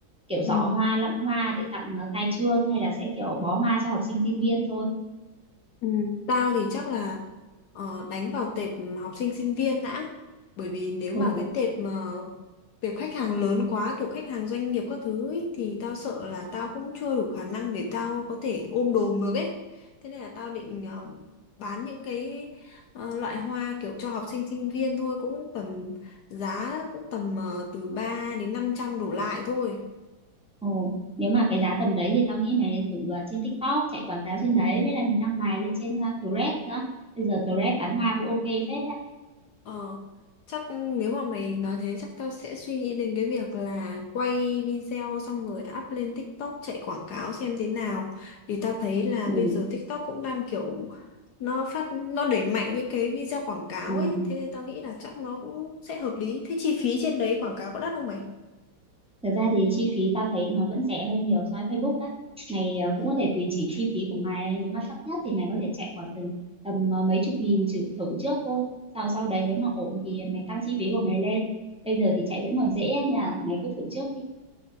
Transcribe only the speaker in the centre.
kiểu giỏ
hoa lẵng hoa để tặng ờ, khai trương hay là sẽ kiểu bó hoa cho học sinh sinh viên thôi
ồ
ồ nếu mà cái giá tầm đấy thì tao nghĩ mày nên thử ờ, trên TikTok chạy quảng cáo trên đấy với lại mày đăng bài lên trên ờ, Threads nữa bây giờ Threads bán hoa cũng ok phết đấy
ừ,
ừ.
Thực ra thì chi phí tao thấy nó vẫn rẻ hơn nhiều so với Facebook đấy. Mày ờ,
cũng có thể tùy chỉnh chi phí của mày, nếu mà thấp nhất thì mày có thể chạy khoảng tầm tầm ờ, mấy chục nghìn thử, thử trước thôi. Sau sau đấy nếu mà ổn thì mày tăng chi phí của mày lên. Bây giờ thì chạy vẫn còn dễ nha, mày cứ thử trước đi.